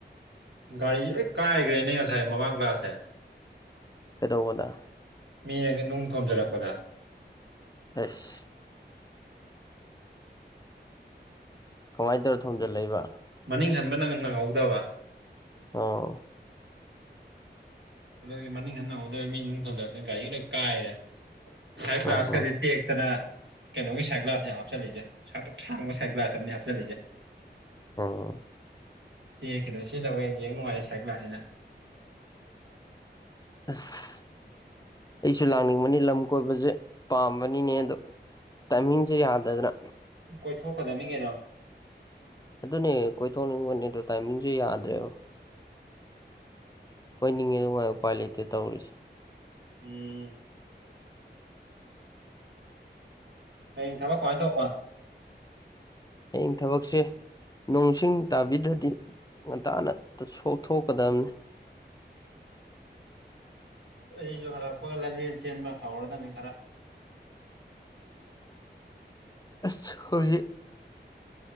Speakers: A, on the right; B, on the left.
A: ꯒꯥꯔꯤꯁ ꯂꯣꯏ ꯀꯥꯏꯈ꯭ꯔꯦꯅꯦ ꯉꯁꯥꯏ ꯃꯃꯥꯡꯒꯥꯁꯦ
B: ꯀꯩꯗꯧꯕꯗ
A: ꯃꯤ ꯅꯨꯡ ꯊꯣꯝꯖꯤꯜꯂꯛꯄꯗ
B: ꯑꯁ ꯀꯃꯥꯏꯅ ꯇꯧꯔ ꯊꯣꯝꯖꯤꯜꯂꯛꯏꯕ
A: ꯃꯅꯤꯡ ꯍꯟꯕ ꯅꯪ ꯅꯪꯍꯧꯗꯕ
B: ꯑꯥ
A: ꯑꯗꯨꯒꯤ ꯃꯅꯤꯡ ꯍꯟꯅ ꯎꯧꯗꯣꯏ ꯃꯤꯅꯨꯡ ꯊꯣꯟꯖꯔꯛꯇꯣꯏ ꯒꯥꯔꯤꯒ ꯂꯣꯏ ꯀꯥꯏꯔꯦ ꯍꯥꯏꯥꯏ
B: ꯑꯣ
A: ꯀꯂ ꯑꯥꯁꯀꯥꯁꯠꯇꯦ
B: ꯑꯣ
A: ꯇꯔꯥ ꯀꯩꯅꯣꯒꯤ ꯁꯥꯏꯒ꯭ꯂꯥꯁꯅꯦ ꯍꯥꯞꯆꯜꯂꯤꯁꯦ ꯁꯥꯡꯗꯛ ꯁꯥꯡꯕ ꯁꯥꯏꯀ꯭ꯂꯥꯁ ꯑ ꯍꯥꯞꯆꯤꯜꯂꯤꯁꯦ
B: ꯎꯝ
A: ꯇꯦꯛꯈꯤꯗꯅ ꯁꯤꯖꯤꯟꯅꯕ ꯍꯦ ꯌꯦꯡ ꯅꯨꯡꯉꯥꯏꯌꯦꯦ ꯁꯥꯏꯠ ꯀ꯭ꯂ꯭ꯂꯥꯁꯤꯅ
B: ꯑꯁ ꯑꯩꯁꯨ ꯂꯥꯛꯅꯤꯡꯕꯅꯤ ꯂꯝ ꯀꯣꯏꯕꯁꯦ ꯄꯥꯝꯕꯅꯤꯅꯦ ꯑꯗꯣ ꯇꯥꯏꯃꯤꯡꯁꯦ ꯌꯥꯗꯗꯅ
A: ꯀꯣꯏꯊꯣꯛꯀꯗꯃꯤ ꯀꯅ
B: ꯑꯗꯨꯅꯦ ꯀꯣꯏꯊꯣꯛꯅꯤꯡꯕꯅꯦ ꯑꯗꯣ ꯇꯥꯏꯃꯤꯡꯁꯨꯦ ꯌꯥꯗ꯭ꯔꯦꯕ ꯀꯣꯏꯅꯤꯡꯉꯦꯗ ꯉꯥꯏ ꯎꯄꯥꯏ ꯂꯩꯇꯦ ꯇꯧꯔꯤꯁꯦ
A: ꯎꯝ ꯍꯌꯦꯡ ꯊꯕꯛ ꯀꯃꯥꯏꯅ ꯇꯧꯕ
B: ꯍꯌꯦꯡ ꯊꯕꯛꯁꯦ ꯅꯣꯡꯁꯤꯡ ꯇꯥꯕꯤꯗ꯭ꯔꯗꯤ ꯉꯟꯇꯥꯅ ꯁꯣꯛꯊꯣꯛꯀꯗꯕꯅꯤ
A: ꯑꯩꯁꯨ ꯍꯜꯂꯛꯄꯒ ꯂꯝꯖꯦꯟ ꯆꯦꯟꯕ ꯍꯧꯥꯎꯔꯗꯕꯅꯤ ꯈꯔ
B: ꯑꯁ ꯍꯏ